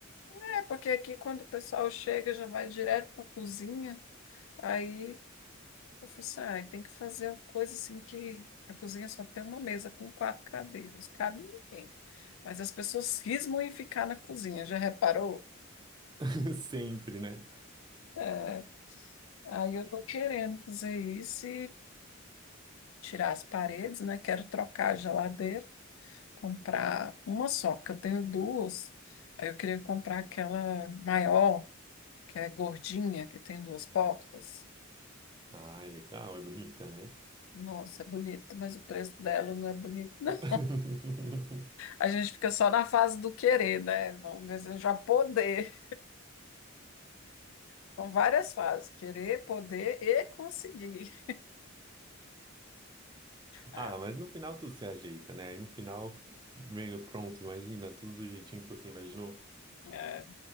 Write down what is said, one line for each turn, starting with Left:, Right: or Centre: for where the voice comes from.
Left: É, porque aqui quando o pessoal chega já vai direto para a cozinha, aí eu falei assim, ah, tem que fazer uma coisa assim que a cozinha só tem uma mesa com quatro cadeiras, cabe ninguém. Mas as pessoas cismam em ficar na cozinha, já reparou?
Right: <laughs> Sempre, né?
Left: É, aí eu tô querendo fazer isso tirar as paredes, né? Quero trocar a geladeira, comprar uma só, porque eu tenho duas. Aí eu queria comprar aquela maior, que é gordinha, que tem duas portas.
Right: Ah, é legal, é bonita, né?
Left: Nossa, é bonita, mas o preço dela não é bonito, não.
Right: <laughs>
Left: A gente fica só na fase do querer, né? Vamos ver se a gente vai poder. São várias fases: querer, poder e conseguir. É,
Right: Ah, mas no final tudo se ajeita, né? Aí no final, vendo pronto, imagina, tudo do jeitinho que você imaginou.
Left: é,